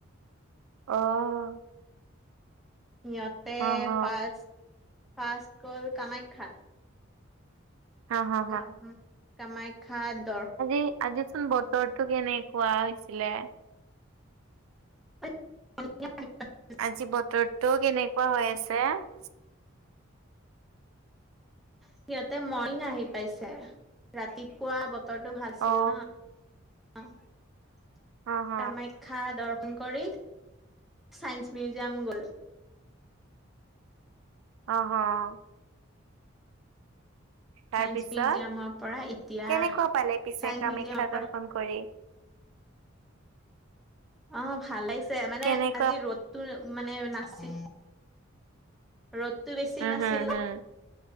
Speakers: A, on the right; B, in the centre.
A: অ <unintelligible>
B: সিহঁতে
A: অ হ
B: ফাৰ্ষ্ট <inaudible> ফাৰ্ষ্ট গ'ল কামাখ্যা।
A: হা হা
B: কামা <unintelligible> কামাখ্যা দৰ
A: আজি-আজি চোন বতৰটো কেনেকুৱা হৈছিলে? <inaudible>
B: <inaudible> <unintelligible>
A: আজি বতৰটো কেনেকুৱা হৈ আছে? <unintelligible>
B: সিহঁতে মৰ্ণিং আহি পাইছে। ৰাতিপুৱা <unintelligible> বতৰটো ভাল আছিল
A: অ
B: ন। <unintelligible>
A: অ হ
B: কামা <unintelligible> খ্যা দৰ্শন কৰি, চাইন্স মিউজিয়াম গ'ল।
A: অঁ, অহ <unintelligible> তাৰ
B: চাইন্স
A: পিছত
B: মিউজিয়ামৰ পৰা
A: <inaudible>
B: এতিয়া
A: কেনেকুৱা পালে পিছে
B: চাইন্স
A: কামাখ্যা
B: মিউজিয়ামৰ পৰা
A: দৰ্শন কৰি?
B: অঁ ভাল লাগিছে, মানে
A: কেনেকুৱা
B: আজি ৰ'দটো মানে নাছিল <unintelligible> ৰ'দটো বেছি
A: উম
B: নাছিল।
A: হম
B: <unintelligible>
A: হম